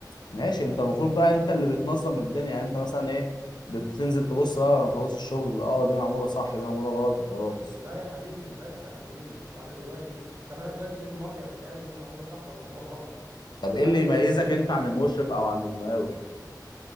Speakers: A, on the left; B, on the right.
A: ماشي انت المفروض بقى انت اللي بتنظم الدنيا يعني انت مثلا ايه بتنزل تبص اه انا خلاص الشغل اه دي معموله صح دي معموله غلط وخلاص
B: لا يا حبيبي مش بس يا حبيبي انا دلوقتي طب انا دلوقتي ايه المرجع بتاعي ان دي معموله صح ولا معموله غلط
A: طب ايه اللي
B: انا دلوقتي
A: يميزك انت عن المشرف او عن المقاول